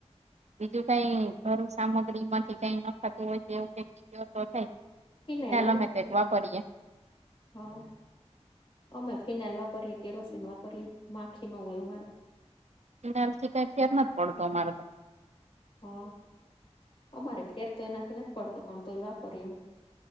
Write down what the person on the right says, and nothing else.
બીજું કઈ ઘરું સામગ્રી માંથી કઈ ન થતું હોય તેવું કઈ જો તો થાયી
ના
લમે તો જ વાપરીએ
ફીનાઈલથી તો કાઈ ફેર નથ પડતો અમારે તો.